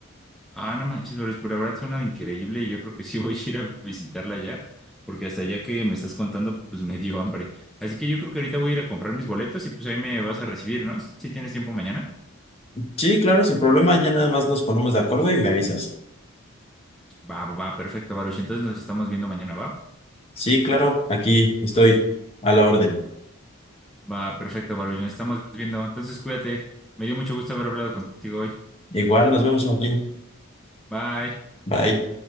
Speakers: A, in the centre; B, on the left.
A: Ah, no manches, pero pues, la verdad suena increíble y yo creo que sí <laughs> voy a ir a visitarla ya, porque hasta ya que me estás contando, pues me dio hambre. Así que yo creo que ahorita voy a ir a comprar mis boletos y pues ahí me vas a recibir, ¿no? Si tienes tiempo mañana.
B: Sí, claro, sin problema. Ya nada más nos ponemos de acuerdo y me avisas.
A: Va, va, va, perfecto, Baruch. Entonces nos estamos viendo mañana, ¿va?
B: Sí, claro, aquí estoy a la orden.
A: Va, perfecto, Baruch. Nos estamos viendo. Entonces cuídate. Me dio mucho gusto haber hablado contigo hoy.
B: Igual, nos vemos, Joaquín.
A: Bye.
B: Bye.